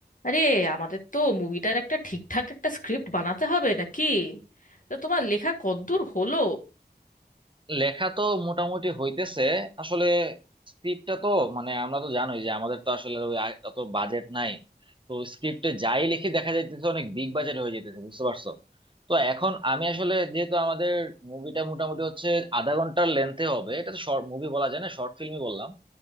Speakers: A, on the left (about 50°); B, on the right (about 30°).
A: আরে আমাদের তো মুভিটার একটা ঠিকঠাক একটা স্ক্রিপ্ট বানাতে হবে নাকি তো তোমার লেখা কতদূর হলো
B: লেখা তো মোটামুটি হইতেছে আসলে স্ক্রিপ্টটা তো মানে আমরা তো জানোই যে আমাদের তো আসলে ওই আ- অত বাজেট নাই তো স্ক্রিপ্টে যাই লিখি দেখা যাইতেছে অনেক বিগ বাজেট হয়ে যেতেছে বুঝতে পারছো তো এখন আমি আসলে যেহেতু আমাদের মুভিটা মোটামুটি হচ্ছে আধা ঘন্টার লেন্থে হবে এটা তো শর্ট মুভি বলা যায় না শর্ট ফিল্মই বললাম